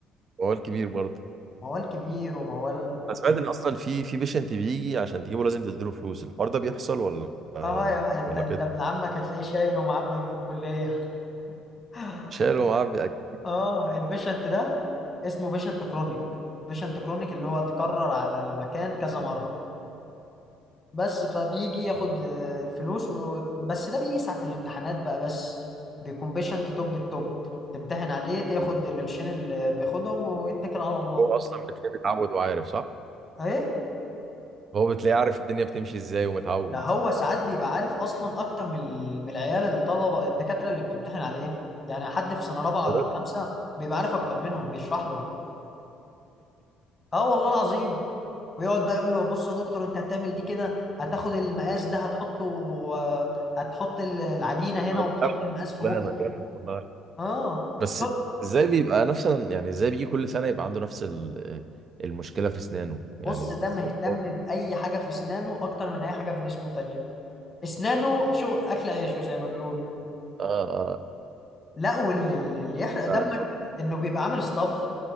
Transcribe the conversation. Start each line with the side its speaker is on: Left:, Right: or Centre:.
Right: وقال كبير برضه
Left: موال كبير وموال
Right: انا سمعت ان اصلا في في بيشنت بيجي عشان تجيبه لازم تديله فلوس الحوار ده بيحصل ولا آه،
Left: اه يا انت
Right: ولا
Left: انت
Right: كده
Left: ابن عمك هتلاقيه شايل ومعبي من الكلية <laughs>
Right: شاله معاه بيأكل.
Left: اه البيشنت ده اسمه بيشنت كرونيك بيشنت كرونيك اللي هو اتكرر على المكان كذا مرة بس فبيجي ياخد آه، الفلوس و... بس ده بيجي ساعة الامتحانات بقى بس بيكون بيشنت توب التوب تمتحن عليه تاخد القرشين اللي بياخدهم ويتكل على الله
Right: هو اصلا بتلاقيه متعود وعارف صح
Left: ايه
Right: هو بتلاقيه عارف الدنيا بتمشي ازاي ومتعود
Left: ده هو ساعات بيبقى عارف اصلا اكتر من ال- من العيال الطلبة الدكاترة اللي بتمتحن عليه يعني حد في سنة رابعة
Right: <laughs>
Left: ولا في خمسة بيبقى عارف اكتر منهم بيشرح لهم اه والله العظيم ويقعد بقى يقول له بص يا دكتور انت هتعمل دي كده هتاخد المقاس ده هتحطه آه، هتحط ال- العجينة هنا
Right: والله
Left: وتحط المقاس في
Right: لا
Left: بقك
Right: انا جامد والله
Left: اه
Right: بس
Left: يقعد-
Right: ازاي بيبقى نفس ال- يعني ازاي بيجي كل سنة يبقى عنده نفس ال- المشكلة في اسنانه
Left: بص
Right: يعني ز-
Left: ده
Right: ز-
Left: مهتم
Right: والله.
Left: بأي حاجة في اسنانه اكتر من اي حاجة في جسمه تانية اسنانه شو اكل عيشه زي ما بيقولوا
Right: اه اه
Left: لا واللي اللي اللي يحرق
Right: ده
Left: دمك
Right: شغل-
Left: انه بيبقى عامل اصطاف